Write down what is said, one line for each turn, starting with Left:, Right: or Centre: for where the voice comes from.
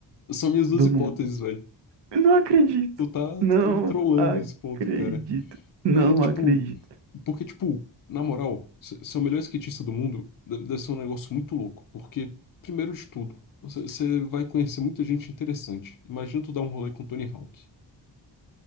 Left: São minhas duas
Right: do
Left: hipóteses,
Right: mundo.
Left: velho.
Right: Não acredito,
Left: Tu tá,
Right: não
Left: tu tá me trollando
Right: acredito,
Left: nesse ponto, cara.
Right: não
Left: É, tipo,
Right: acredito.
Left: porque tipo, na moral, se- ser o melhor skatista do mundo de- deve ser um negócio muito louco, porque primeiro de tudo, você, você vai conhecer muita gente interessante. Imagina tu dar um rolê com Tony Hawk,